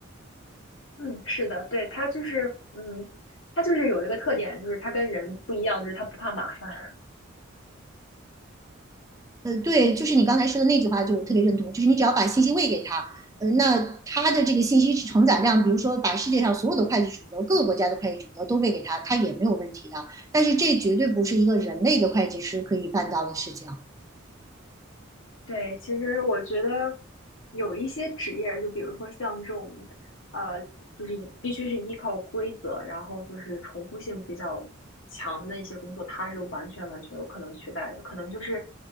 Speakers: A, on the left; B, on the right.
A: 嗯，是的，对，它就是，嗯，它就是有一个特点，就是它跟人不一样，就是它不怕麻烦。
B: 呃，对，就是你刚才说的那句话，就我特别认同，就是你只要把信息喂给他，呃，那他的这个信息承载量，比如说把世界上所有的会计准则、各个国家的会计准则都喂给他，他也没有问题的。但是这绝对不是一个人类的会计师可以办到的事情。
A: 对，其实我觉得有一些职业，就比如说像这种，呃，就是依必须是依靠规则，然后就是重复性比较强的一些工作，它是完全完全有可能取代的。可能就是